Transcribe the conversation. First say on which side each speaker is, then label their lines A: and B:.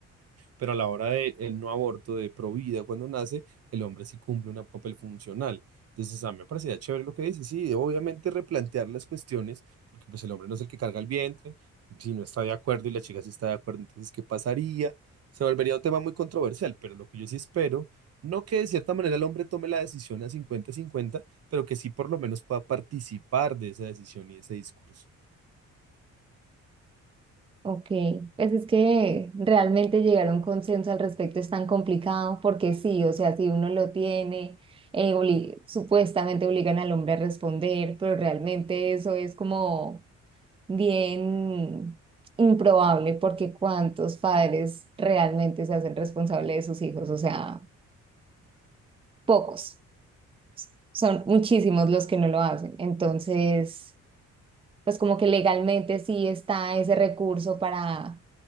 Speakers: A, on the right (about 55°); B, on the right (about 20°).
A: Pero a la hora del no aborto de pro vida cuando nace, el hombre sí cumple un papel funcional. Entonces, a mí me parecía chévere lo que dice. Sí, obviamente replantear las cuestiones, porque pues el hombre no es el que carga el vientre, si no está de acuerdo y la chica sí está de acuerdo, entonces, ¿qué pasaría? Se volvería un tema muy controversial, pero lo que yo sí espero, no que de cierta manera el hombre tome la decisión a cincuenta-cincuenta, pero que sí por lo menos pueda participar de esa decisión y ese discurso.
B: ok, pues es que realmente llegar a un consenso al respecto es tan complicado porque sí, o sea, si uno lo tiene... eh, obli- supuestamente obligan al hombre a responder, pero realmente eso es como bien improbable porque ¿cuántos padres realmente se hacen responsable de sus hijos? O sea, pocos. Son muchísimos los que no lo hacen. Entonces, pues como que legalmente sí está ese recurso para,